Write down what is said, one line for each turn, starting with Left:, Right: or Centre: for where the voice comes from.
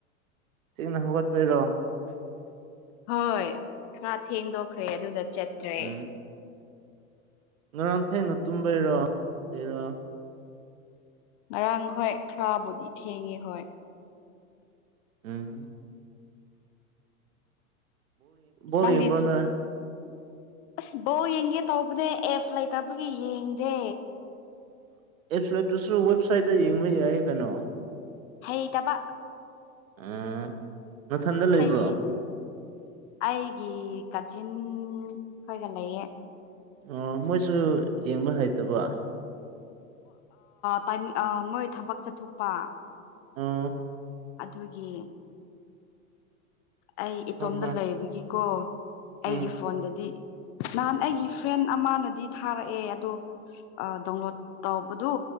Right: ꯊꯦꯡꯅ ꯍꯧꯒꯠꯄꯩꯔꯣ
Left: ꯍꯣꯏ ꯈꯔ ꯊꯦꯡꯗꯣꯛꯈ꯭ꯔꯦ ꯑꯗꯨꯅ ꯆꯠꯇ꯭ꯔꯦ
Right: ꯎꯝ ꯉꯔꯥꯡ ꯊꯩꯅ ꯇꯨꯝꯕꯩꯔꯣ ꯂꯩꯔꯣ
Left: ꯉꯔꯥꯡ ꯍꯣꯏ ꯈꯔꯕꯨꯗꯤ ꯊꯦꯡꯉꯦ ꯍꯣꯏ
Right: ꯎꯝ ꯂꯤ
Left: ꯅꯪꯗꯤ
Right: ꯌꯦꯡꯕ꯭ꯔꯣꯅ
Left: ꯑꯁ ꯕꯧ ꯌꯦꯡꯒꯦ ꯇꯧꯕꯅꯦ ꯑꯦꯐ ꯂꯩꯇꯕꯒꯤ ꯌꯦꯡꯗꯦ
Right: ꯑꯦꯞꯁꯨ ꯂꯇꯨꯁꯨ ꯋꯦꯕꯁꯥꯏꯠꯇ ꯌꯦꯡꯕ ꯌꯥꯏ ꯀꯩꯅꯣ
Left: ꯍꯩ ꯇꯕ
Right: ꯑꯥ ꯅꯊꯟꯗ ꯂꯩꯕ꯭ꯔꯣ
Left: ꯍꯩ ꯑꯩꯒꯤ ꯆꯟ ꯈꯣꯏꯒ ꯂꯩꯌꯦ
Right: ꯑꯣ ꯃꯣꯏꯁꯨ ꯌꯦꯡꯕ ꯍꯩꯇꯕ
Left: ꯇꯥꯏ ꯃꯣꯏ ꯊꯕꯛ ꯆꯠꯊꯣꯛꯄ
Right: ꯑꯥ
Left: ꯑꯗꯨꯒꯤ ꯑꯩ ꯏꯇꯣꯝꯗ
Right: ꯍꯣꯏ ꯍꯣꯏ
Left: ꯂꯩꯕꯒꯤꯀꯣ ꯑꯩꯒꯤ
Right: ꯎꯝ
Left: ꯐꯣꯟꯗꯗꯤ ꯅꯍꯥꯟ ꯑꯩꯒꯤ ꯐ꯭ꯔꯦꯟ ꯑꯃꯅꯗꯤ ꯊꯥꯔꯛꯑꯦ ꯑꯗꯣ ꯗꯥꯎꯟꯂꯣꯗ ꯇꯧꯕꯗꯨ